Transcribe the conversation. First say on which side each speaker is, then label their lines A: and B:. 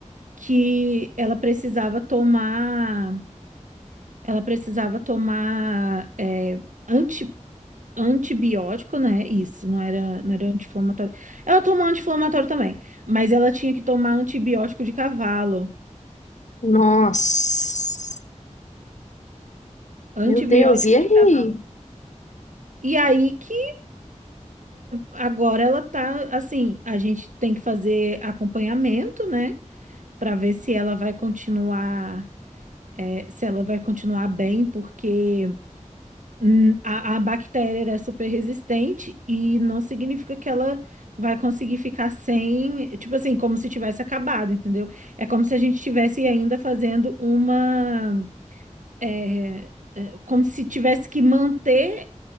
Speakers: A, on the right; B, on the left.
A: que ela precisava tomar. Ela precisava tomar é, anti, antibiótico, né? Isso, não era, não era anti-inflamatório. Ela tomou anti-inflamatório também, mas ela tinha que tomar antibiótico de cavalo.
B: Nossa.
A: Antibiótico
B: Meu Deus, e aí?
A: de cavalo. E aí que agora ela tá assim, a gente tem que fazer acompanhamento, né? Pra ver se ela vai continuar, é, se ela vai continuar bem, porque Hum, A, a bactéria ela é super resistente e não significa que ela vai conseguir ficar sem, tipo assim, como se tivesse acabado, entendeu? É como se a gente estivesse ainda fazendo uma, é, é, como se tivesse que manter